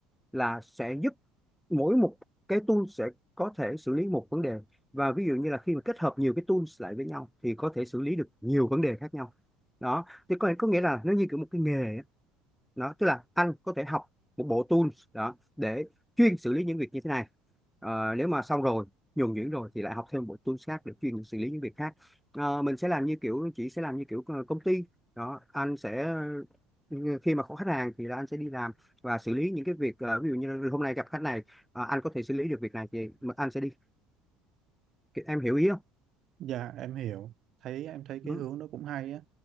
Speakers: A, in the centre; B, on the right (about 55°).
A: là sẽ giúp mỗi một cái tool sẽ có thể xử lý một vấn đề và ví dụ như là khi mà kết hợp nhiều cái tools lại với nhau thì có thể xử lý được nhiều vấn đề khác nhau đó thì có, có nghĩa là nó như kiểu một cái nghề á đó tức là anh có thể học một bộ tools đó để chuyên xử lý những việc như thế này Ờ, nếu mà xong rồi nhuần nhuyễn rồi thì lại học thêm một bộ tools khác để chuyên xử lý những việc khác Ờ, mình sẽ làm như kiểu chị sẽ làm như kiểu ờ, công ty đó anh sẽ ừ, khi mà có khách hàng thì là anh sẽ đi làm và xử lý những cái việc ờ, ví dụ như hôm nay gặp khách này ờ, anh có thể xử lý được việc này thì anh sẽ đi em hiểu ý không
B: Dạ em hiểu thấy em thấy cái
A: ừ.
B: hướng đó cũng hay á